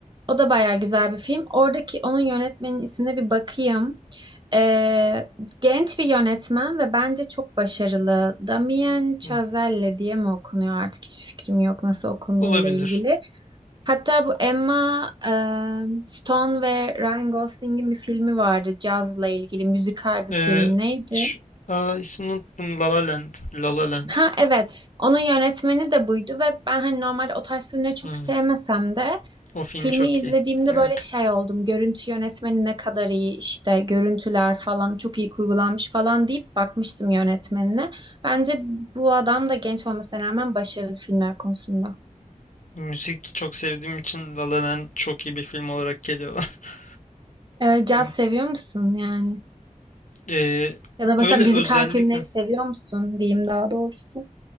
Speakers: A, on the right; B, on the left.
A: O da bayağı güzel bir film. Oradaki onun yönetmenin ismine bir bakayım. Ee, genç bir yönetmen ve bence çok başarılı. Damien Chazelle
B: Hı.
A: diye mi okunuyor artık hiçbir fikrim yok nasıl okunduğuyla
B: Olabilir.
A: ilgili. Hatta bu Emma e, Stone ve Ryan Gosling'in bir filmi vardı cazla ilgili müzikal bir
B: Ee,
A: film. Neydi?
B: şu- aa, ismini unuttum. La La Land. La La Land.
A: Ha evet. Onun yönetmeni de buydu ve ben hani normalde o tarz filmleri çok
B: Hmm.
A: sevmesem de
B: O film
A: filmi
B: çok
A: izlediğimde
B: iyi. Evet.
A: böyle şey oldum. Görüntü yönetmeni ne kadar iyi işte görüntüler falan çok iyi kurgulanmış falan deyip bakmıştım yönetmenine. Bence bu adam da genç olmasına rağmen başarılı filmler konusunda.
B: Müzik çok sevdiğim için La La Land çok iyi bir film olarak geliyor. <laughs>
A: Ee, caz
B: Hmm.
A: seviyor musun yani?
B: Ee,
A: Ya da mesela
B: öyle
A: müzikal
B: özellikle
A: filmleri seviyor musun diyeyim daha doğrusu.